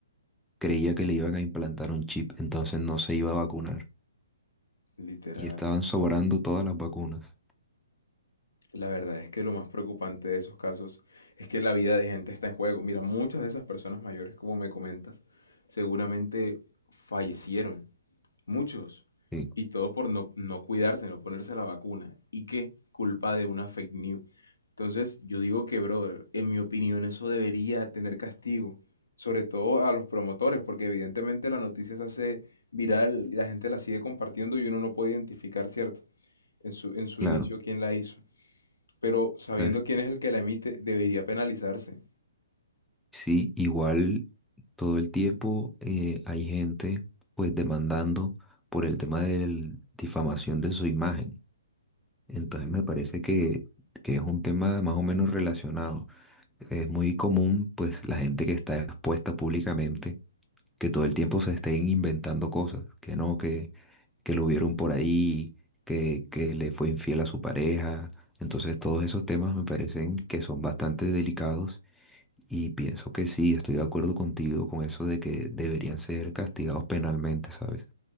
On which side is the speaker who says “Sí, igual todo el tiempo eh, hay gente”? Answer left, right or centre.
Centre